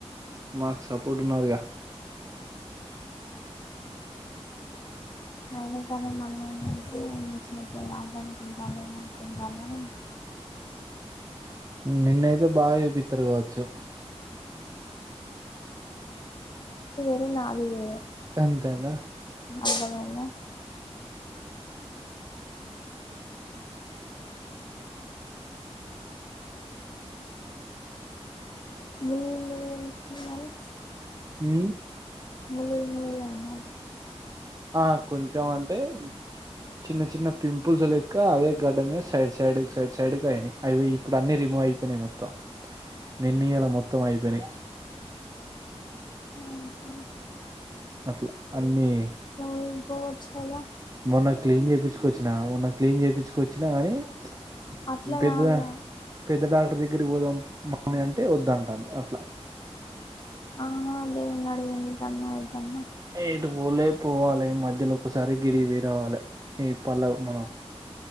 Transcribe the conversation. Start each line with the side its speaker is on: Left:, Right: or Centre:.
Right: మాకు సపోర్ట్ ఉన్నారుగా
Left: అయినా కానీ మళ్ళ అయినంటే ఏ చిన్నప్పుల్లాట అనుకుంటల్ల ఏమనుకుంటాల్లు అని
Right: నిన్నయితే బాగ చూపిస్తారు కావచ్చు
Left: అంటే నాది వేరే
Right: అంతేన
Left: అర్థమైందా <unintelligible>
Right: హు
Left: ముల్లులు ముల్లులు అయినా
Right: ఆ కొంచెం అంటే చిన్న చిన్న పింపుల్స్ లెక్క అదే గడ్డ మీద సైడ్ సైడ్ సైడ్ సైడ్ కు అయినాయి అవి ఇప్పుడు అన్ని రి అయిపోయినాయి మొత్తం నిన్న ఇయాల మొత్తం అయిపోయినాయి
Left: అది
Right: అట్ల అన్ని
Left: వెళ్లిపోవచ్చు కదా
Right: మొన్న క్లీన్ చేపిచుకొచ్చిన మొన్న క్లీన్ చేపించుకొచ్చిన అని వచ్చినా
Left: అట్లా
Right: కానీ పెద్ద
Left: కాదు
Right: పెద్ద డాక్టర్ దగ్గరకి పోదాం పోదామంటే వద్దంటాంది అట్ల
Left: ఆ దేవుని అడిగింది తన్నాయి తన్న
Right: ఎటు పోలే పోవాలి మధ్యలో ఒకసారి గిడికి పొయ్యి రావాలి పోవాలి మధ్యలోమధ్యలో ఒకసారి గిడి వీ రావాలి ఈ పల్వ్ మనం